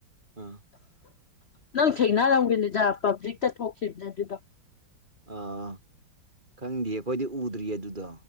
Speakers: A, on the right; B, on the left.
A: ꯑꯥ
B: ꯅꯪ ꯊꯦꯡꯅꯔꯝꯒꯦꯅꯤꯗ ꯄꯥꯕ꯭ꯂꯤꯛꯇ ꯊꯣꯛꯈꯤꯕꯅꯦ ꯑꯗꯨꯗꯣ
A: ꯑꯥ ꯈꯪꯗꯦ ꯑꯩꯈꯣꯏꯗꯤ ꯎꯗ꯭ꯔꯤꯌꯦ ꯑꯗꯨꯗꯣ